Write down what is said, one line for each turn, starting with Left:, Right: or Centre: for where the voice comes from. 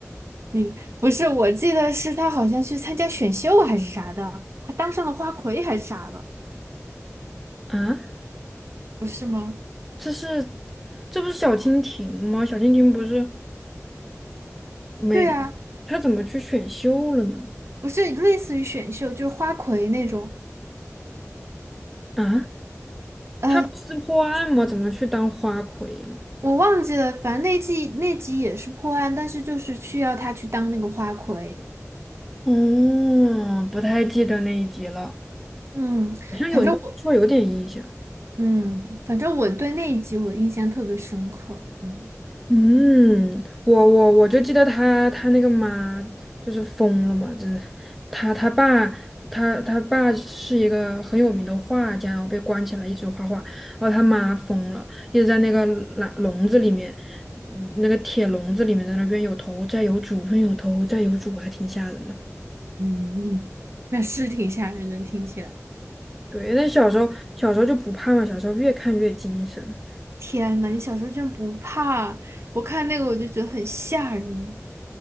Right: 嗯，不是，我记得是他好像去参加选秀还是啥的，还当上了花魁还是啥的，
Centre: 啊，
Right: 不是吗？
Centre: 这是这不是小蜻蜓吗？小蜻蜓不是没，
Right: 对啊，
Centre: 她怎么去选秀了呢？
Right: 不是类似于选秀，就是花魁那种。
Centre: 啊，
Right: 呃，
Centre: 她不是破案吗？怎么去当花魁了？
Right: 我忘记了，反正那季那集也是破案，但是就是需要他去当那个花魁。
Centre: 哦，不太记得那一集了，
Right: 嗯
Centre: 好像有，你这么说有点印象。
Right: 我嗯，反正我对那一集我印象特别深刻。嗯
Centre: 嗯，我我我就记得他他那个妈就是疯了嘛，就是他他爸他他爸是一个很有名的画家，然后被关起来一直画画，然后他妈疯了，一直在那个笼笼子里面，嗯那个铁笼子里面在那边有头债有主，冤有头债有主，还挺吓人的。
Right: 嗯，那是挺吓人的，听起来。
Centre: 对，那小时候小时候就不怕嘛，小时候越看越精神。
Right: 天呐，你小时候居然不怕？我看那个我就觉得很吓人。